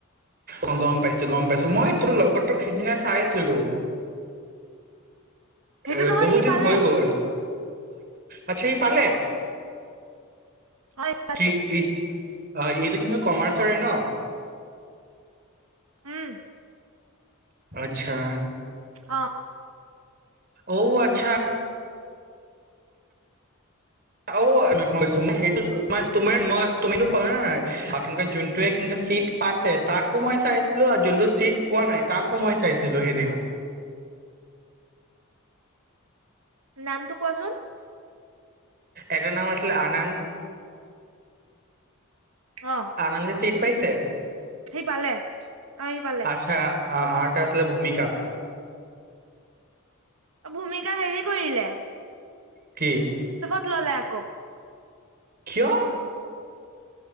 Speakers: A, on the right (about 45°); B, on the right (about 85°).
A: অ গম পাইছোঁ গম পাইছোঁ মই তোৰ লগত তোক সিদিনা চাইছিলো
B: সেইটো
A: এ
B: নহয়
A: বহুত
B: সি
A: দিন
B: পালে
A: হৈ গ'ল আচ্ছা সি পালে?
B: হয় <unintelligible>
A: কি ই অ', এইটো কিন্তু কমাৰ্চৰে ন?
B: উম।
A: আচ্ছা।
B: অ
A: ঔ আ ছা অ', সেই ত মই তুমো কলে নাইে যোনটোৱে চিট পাইছে তাকো মই চাইছিলো আৰু যোনটো চিট পোৱা নাই তাকো মই চাইছিলো সেইদিন।
B: নামটো কোৱাচোন?
A: এটাৰ নাম আছিলে আনন্দ।
B: অ
A: আনন্দ চিত পাইছে।
B: সি পালে। অ সি পালে
A: আচ্ছাঁ আছিল ভূমি <unintelligible>
B: ভূমিকা হেৰি কৰিলে
A: কি?
B: ক ল'লে আকৌ।
A: কিয়?